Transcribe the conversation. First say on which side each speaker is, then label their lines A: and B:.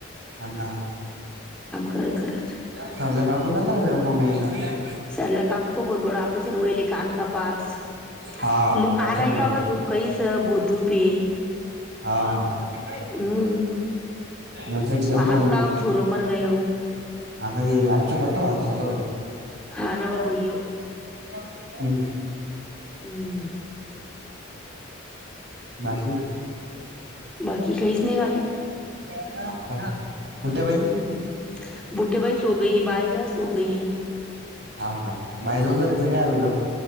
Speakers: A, on the right; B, in the centre.
A: हला
B: करत करत
A: सल्लं का कुद लाग जा म-
B: सरला का खुपच बडा- ऑपरेशन वईले कन का पास
A: हा
B: लोक
A: वापर
B: आ रा नयी ना
A: झालं
B: बाबा धूप काहीस बोत धूप ये-
A: हा....
B: हम्म
A: मम्मी
B: वो आरूण कावक छोरो मर गयो-
A: आरे आचो कतो वाई छोरो ये ना-
B: हा ना वा भैयो-
A: हं हम्म....
B: हम्म..
A: बाकी-
B: बाकी काहीच नाही गा्या-
A: <inaudible> बाई
B: हम्म गुडीबाई सो गयी बाईजा सो गयी-
A: हा का बाई जाऊ दरायचं काय अभि-